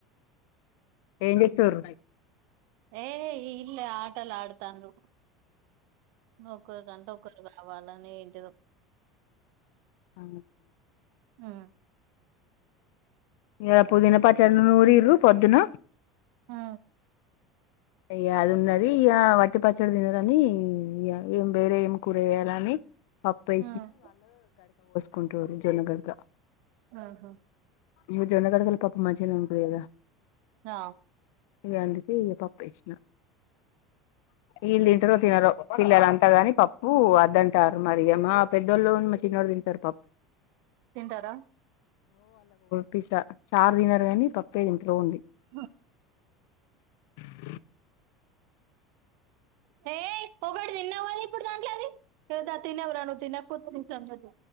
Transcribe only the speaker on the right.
ఏయ్ ఈడ్నే ఆటలాడుతాందో ఒక గంట ఒక్కలు పా వాళ్లనే ఇంటి దో
ఆ
ఆ
ఉమ్
ఆహా
ఆ
తింటారా
బ
యే ఒకటి తిన్నావ్ కదా ఇప్పుడు దాంట్లోది ఇగ ద తినవరా నువ్వు తినకపో సంగతి